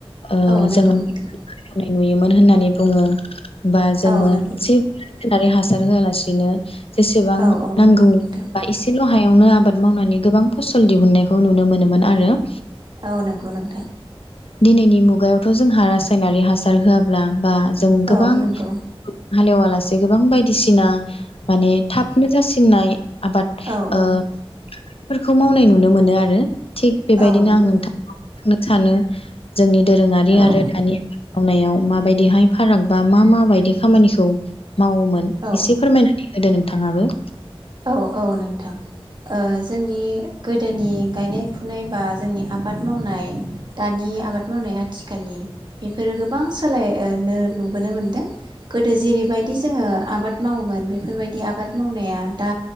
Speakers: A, on the left; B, on the right.
A: ओ
B: औ नोंगौ
A: जोङो
B: नोंथां ।
A: मोसौनाय नुयोमोन होननानै बुङो । बा जोङो
B: औ नंगौ
A: जि होननानै हासार होआलासिनो जेसेबां
B: औ औ
A: नांगौ
B: नंगौ नोंथां
A: बा एसेल' हाया इयावनो आबाद मावनानै गोबां फसल दिहुननायखौ नुनो मोनोमोन आरो ।
B: औ नंगौ नोंथां।
A: दिनैनि मुगायावथ' जोंहा रासायनारि हासार होआब्ला बा जों गोबां
B: औ नंगौ
A: हालेवा लासे गोबां बायदिसिना माने थाबनो जासिननाय आबाद
B: औ
A: ओ
B: औ
A: फोरखौ मावनाय नुनो मोनो आरो। थिग बेबायदिनो
B: औ नंगौ
A: आं नोंथां नों- सानो जोंनि दोरोङारि
B: औ
A: आरो दानिया मावनायाव माबायदि हाय फाराग बा मा मा बायदि खामानिखौ मावोमोन
B: औ
A: एसे फोरमायनानै होदो नों थाङाबो
B: औ औ नोंथां ओ जोंनि गोदोनि गायनाय फुनाय बा जोंनि आबाद मावनाय दानि आबाद मावनाया आथिखालनि बेफोरो गोबां सोलाय ओ नो नुबोनो मोनदों गोदो जेरैबायदि जोङो आबाद मावोमोन बेफोर बायदि आबाद मावनाया दा